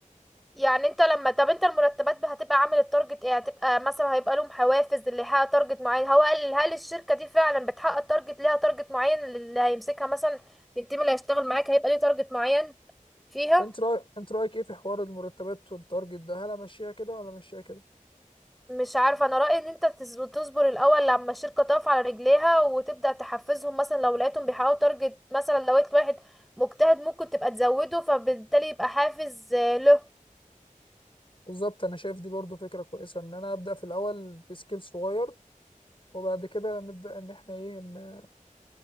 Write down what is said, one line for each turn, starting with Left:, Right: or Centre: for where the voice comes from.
Centre: يعني انت لما طب انت المرتبات هتبقى عامل التارجت ايه هتبقى مثلا هيبقى لهم حوافز اللي يحقق تارجت معين هو هل هل الشركة دي فعلا بتحقق تارجت ليها تارجت معين اللي هيمسكها مثلا التيم اللي هيشتغل معاك هيبقى ليه تارجت معين فيها
Left: أنت رأي... أنت رأيك إيه في حوار المرتبات والتارجت ده هل أمشيها كده ولا أمشيها كده؟
Centre: مش عارفة انا رأيي ان انت تز- تصبر الاول لما الشركة تقف على رجليها وتبدأ تحفزهم مثلا لو لقيتهم بيحققوا تارجت مثلا لو لقيت واحد مجتهد ممكن تبقى تزوده فبالتالي يبقى حافز آه، له
Left: بالظبط أنا شايف دي برضو فكرة كويسة إن أنا أبدأ في الأول بسكيل صغير وبعد كده نبدأ إن إحنا إيه إن